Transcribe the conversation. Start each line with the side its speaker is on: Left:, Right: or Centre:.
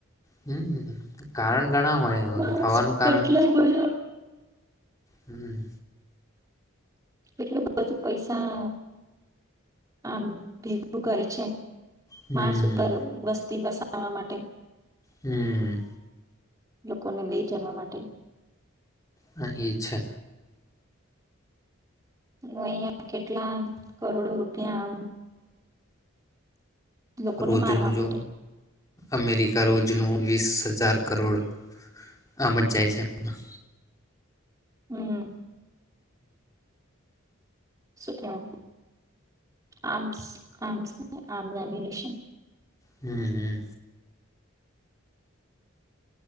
Left: હમ્મ, કારણ ઘણા હોય હવે
Right: માણસ
Left: તો થવાનું કારણ
Right: કેટલો બધો
Left: હમ્મ.
Right: એટલું બધું પૈસા, આમ ભેગું કરે છે.
Left: હમ
Right: માર્શ ઉપર વસ્તી બસા આવા માટે.
Left: હમ્મ્મ.
Right: લોકોને લઈ જવા માટે.
Left: હા એ છે.
Right: હું અહિયા કેટલા કરોડો રૂપિયા આમ લોકોને
Left: રોજનું
Right: મારવા
Left: જો,
Right: માટે
Left: અમેરિકા રોજનું વીસ હજાર કરોડ આમ જ જાય છે એમાં.
Right: હમ્મ. શું કેવાય આમ્સ આમ્સ હોય ને આર્મ લેમિનેશન
Left: હમ્મ હમ્મ.